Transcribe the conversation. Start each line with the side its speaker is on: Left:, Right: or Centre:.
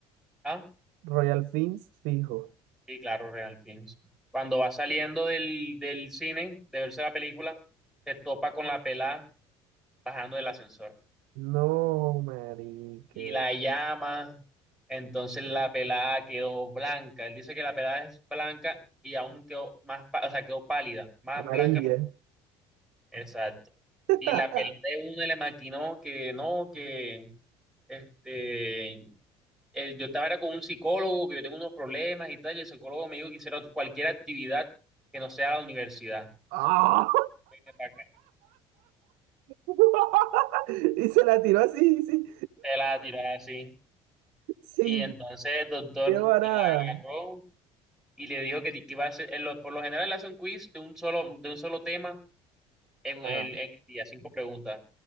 Centre: ah,
Right: Royal Fins fijo.
Centre: sí, claro, Real Films. Cuando va saliendo del, del cine, de verse la película, se topa con la pelada bajando del ascensor
Right: No, marica.
Centre: y la llama. Entonces la pelada quedó blanca. Él dice que la pelada es blanca y aún quedó más, pa- o sea, quedó pálida, más
Right: Amarilla.
Centre: blanca Exacto.
Right: <laughs>
Centre: Y la pelea de una le maquinó que no, que este, el- yo estaba era con un psicólogo, que yo tengo unos problemas y tal, y el psicólogo me dijo que hiciera cualquier actividad que no sea la universidad.
Right: ah
Centre: Que pa' qué.
Right: <laughs> Y se la tiró así, sí,
Centre: Se la tiró así.
Right: sin
Centre: Y entonces el doctor
Right: miedo a
Centre: la
Right: nada.
Centre: agarró y le dijo que, que iba a hacer, en lo- por lo general le hace un quiz de un solo, de un solo tema en
Right: Ah,
Centre: el, en el día, cinco preguntas.